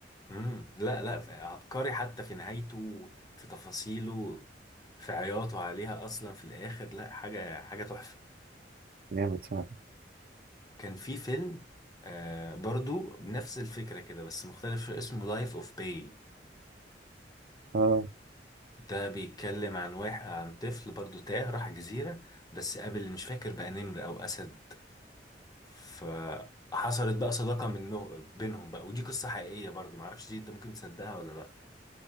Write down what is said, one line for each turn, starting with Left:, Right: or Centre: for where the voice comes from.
Left: امم لا لا ف- عبقري حتى في نهايته في تفاصيله في عياطه عليها اصلا في الاخر لا حاجه حاجه تحفه
Right: جامد فعلا
Left: كان في فيلم آه برضو بنفس الفكره كده بس مختلف شويه اسمه لايف اوف باي
Right: اه
Left: ده بيتكلم عن واحد عن طفل برضو تاه راح جزيره بس قابل مش فاكر بقى نمر او اسد فحصلت بقى صداقه منه بينهم بقى ودي قصه حقيقيه برضو معرفش دي انت ممكن تصدقها ولا لا